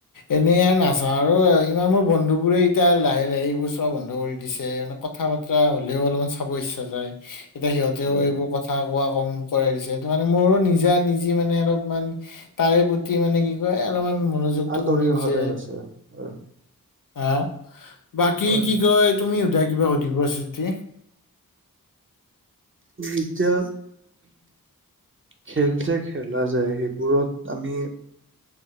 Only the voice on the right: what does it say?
হয়
আঁতৰি
অহা টাইম হৈছে হয়
হয়
এতিয়া খেল যে খেলা যায় সেইবোৰত আমি।